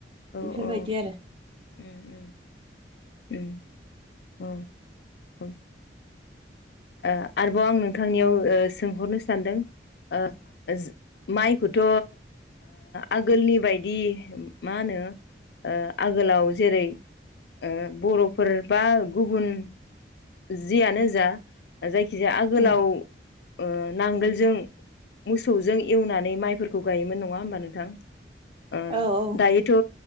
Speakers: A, on the left (about 65°); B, on the right (about 30°).
A: औ
B: बेफोरबायदि
A: औ
B: आरो
A: उम उम उम औ औ ओ आरोबाव आं नोंथांनियाव ओ सोंहरनो सानदों ओ जों माइखौथ' आगोलनि बायदि मा होनो ओ आगोलाव जेरै ओ बर'फोर बा गुबुन जियानो जा जायखिजाया आगोलाव
B: उम
A: ओ नांगोलजों मोसौजों एवनानै माइफोरखौ गायोमोन नङा होमबा नोंथां? ओ
B: औ औ
A: दायोथ' ओ